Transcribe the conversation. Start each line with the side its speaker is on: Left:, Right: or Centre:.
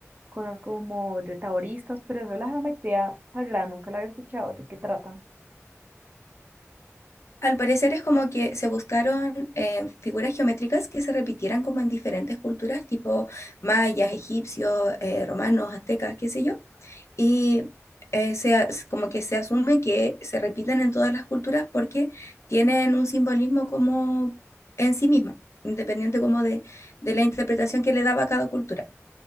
Right: cosas como de taoristas, pero eso de la geometría sagrada nunca la había escuchado. ¿De qué trata?
Left: Al parecer es como que se buscaron eh, figuras geométricas que se repitieran como en diferentes culturas, tipo mayas, egipcios, eh, romanos, aztecas, qué sé yo, y eh, se as- como que se asume que se repiten en todas las culturas porque tienen un simbolismo como en sí misma, independiente como de, de la interpretación que le daba cada cultura.